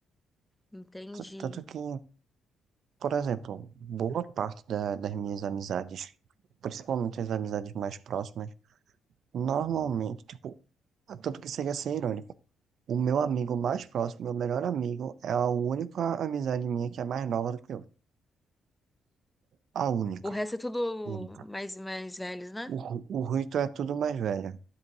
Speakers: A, in the centre; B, on the right (about 65°).
A: Entendi.
B: T- Tanto que Por exemplo, boa parte da- das minhas amizades, principalmente as amizades mais próximas, normalmente, tipo, tanto que chega a ser irônico, o meu amigo mais próximo, meu melhor amigo, é a única amizade minha que é mais nova do que eu. A única,
A: O resto é tudo
B: única.
A: mais, mais velhos, né?
B: O, Ru- o Rito é tudo mais velho,